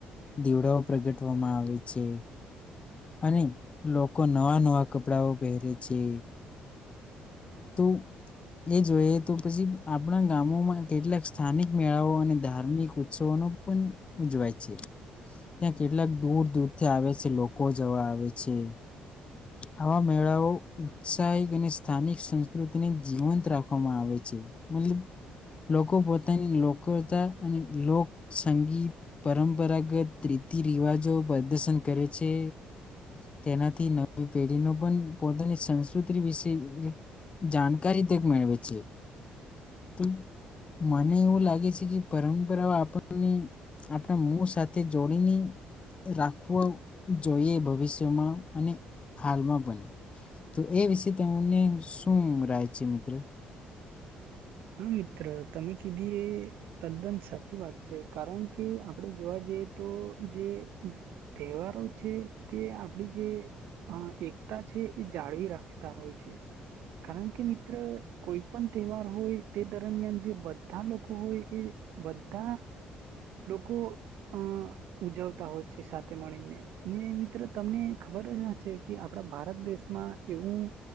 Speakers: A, on the left; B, on the right.
A: દીવડાઓ પ્રગટવામાં આવે છે અને લોકો નવા નવા કપડાઓ પહેરે છે, તો એ જોઈ તો પછી આપણા ગામોમાં કેટલાક સ્થાનિક મેળાઓ ધાર્મિક ઉત્સવ પણ ઉજવાય છે. ત્યાં કેટલાક દૂર દૂરથી આવે છે, લોકો જવા આવે છે. આવા મેળાઓ ઉત્સાહિત અને સ્થાનિક સંસ્કૃતિને જીવંત રાખવામાં આવે છે, મતલબ લોકો પોતાની લોક કરતા અને લોક સંગીત પરંપરાગત રીતિ રિવાજો પ્રદર્શન કરે છે, તેનાથી નવી પેઢીનો પણ પોતાની સંસ્કૃતિ વિશે જાણકારી તક મેળવે છે. <unintelligible> ને એવું લાગે છે પરંપરાઓ આપણને આપણા મો સાથે જોડીને રાખવો જોઈએ ભવિષ્યમાં અને હાલમાં પન, તો એ વિશે તમને શું રાય છે, મિત્ર?
B: હા, મિત્ર તમે કીધી એ તદ્દન સ ચી વાત છે, કારણકે આપડે જોવા જઈએ તો જે તહેવારો છે તે આપડી જે અહ એકતા છે એ જાળવી રાખતા હોય છે, કારણકે મિત્ર કોઈ પણ તહેવાર હોય તે દરમિયાન જે બધા લોકો હોય એ બધા લોકો અહ ઉજવતા હોય છે સાથે મળીને, ને મિત્ર તમને ખબર છે કે આપડા ભારત દેશમાં એવું